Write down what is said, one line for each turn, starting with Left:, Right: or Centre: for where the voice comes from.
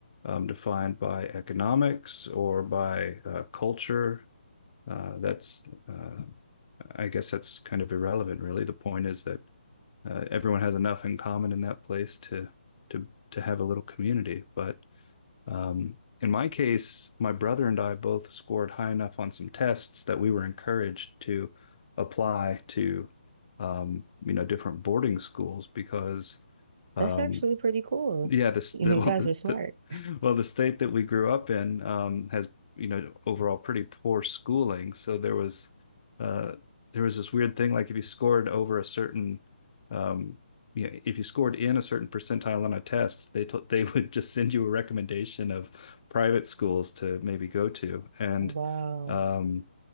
Left: um, defined by economics or by uh, culture. Uh, that's, uh, I guess that's kind of irrelevant, really. The point is that uh, everyone has enough in common in that place to to to have a little community. But um, in my case, my brother and I both scored high enough on some tests that we were encouraged to apply to um, you know different boarding schools because
Right: That's
Left: um,
Right: actually pretty cool.
Left: yeah,
Right: <laughs>
Left: this
Right: You
Left: the, <laughs> well
Right: guys
Left: the,
Right: were smart.
Left: the well the state that we grew up in um, has you know overall pretty poor schooling. So there was uh, there was this weird thing like if you scored over a certain um, you know, if you scored in a certain percentile on a test, they t- they <laughs> would just send you a recommendation of private schools to maybe go to. And
Right: Wow.
Left: um,